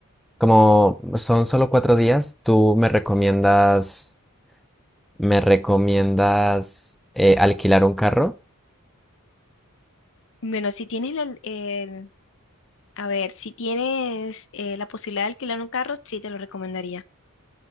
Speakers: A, in the centre; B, on the left (about 60°).
A: como son solo cuatro días, ¿tú me recomiendas, me recomiendas eh, alquilar un carro?
B: Bueno, si tienes el, el- a ver, si tienes eh, la posibilidad de alquilar un carro, sí te lo recomendaría.